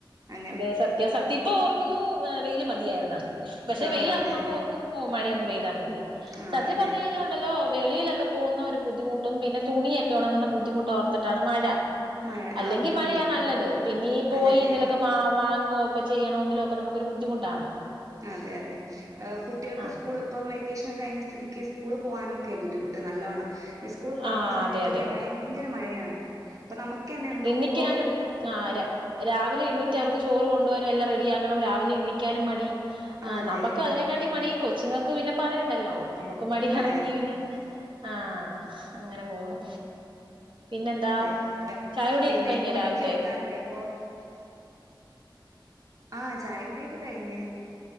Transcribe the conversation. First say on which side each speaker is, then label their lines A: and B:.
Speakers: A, on the right (about 40°); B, on the right (about 70°).
A: അങ്ങനെ
B: അതെ സത്യ സത്യ ഇപ്പ ഓർക്കുന്നു വെയില് മതിയാര്ന്നന്ന് പക്ഷെ
A: ആ
B: വെയിലാമ്പോ
A: അതെ
B: നമ്മള്ഓർക്കും
A: അതെ
B: ഒ മഴ ഒന്ന് പെയ്ത മ തിന്
A: ആ
B: സത്യം
A: അതെ
B: പറഞ്ഞു
A: അതെ
B: കഴിഞ്ഞാൽ ഉണ്ടല്ലോ വെളിയിലൊക്കെ പോകുന്ന ഒരു ബുദ്ധിമുട്ടും പിന്നെ തുണിയൊക്കെ ണങ്ങുന്ന ബുദ്ധിമുട്ടുംഓർ ട്ടാണ് മഴ
A: മഴ
B: അല്ലെങ്കിൽ
A: ആ ബുദ്ധിമുട്ട്
B: മഴയാ നല്ലത് പിന്നെയി പോയി
A: അതെ അതെ
B: എന്തലുമൊക്കെ മാവാ അങ്ങോക്കെ ചെയ്യണെങ്കില് ഒക്കെ നമുക്ക് ഒരു ബുദ്ധിമുട്ടാണ്
A: അതെ അതെ കുട്ടികൾക്ക്
B: ആ
A: സ്കൂൾ ഇപ്പം വെക്കേഷൻ കഴിഞ്ഞ സ്ഥിതിക്ക്‌ സ് സ്കൂൾ പോകാനൊക്കെ ബുദ്ധിമുട്ട് നല്ലവണ്ണം സ്കൂളിൽ പോകുന്ന
B: ആ
A: സമയത്തൊക്കെ
B: അതെ അതെ
A: ഭയങ്കര മഴയാണ് അപ്പൊ നമുക്കന്നെ എന്തൊക്കോ
B: എണ്ണിക്കാനും
A: ഒരു
B: ആരാവിലെ എണീറ്റ് അവർക്ക് ചോറ് കൊണ്ടുവാനും എല്ലാം റെഡിയാക്കണം രാവിലെ എണ്ണിക്കാനും മടി ആ
A: ആഹ് അതെ
B: നമ്മക്ക് അതിനെക്കാട്ടി മടി കൊച്ചുങ്ങൾക്ക് പിന്നെ പറയണ്ടല്ലോ നമുക്കും മടി
A: അതെ
B: ആണെങ്കി പിന്നെ ആ അങ്ങനെ പോവുന്നു പിന്നെന്താ
A: അതെ
B: ചായകുടിയൊക്കെ
A: പിന്നെ
B: കഴിഞ്ഞോ
A: ഒതുക്കി
B: രാവിലത്തെ
A: വെക്കാറില്ലേ അപ്പൊ ആ ചായകുടിയൊക്കെ കഴിഞ്ഞ്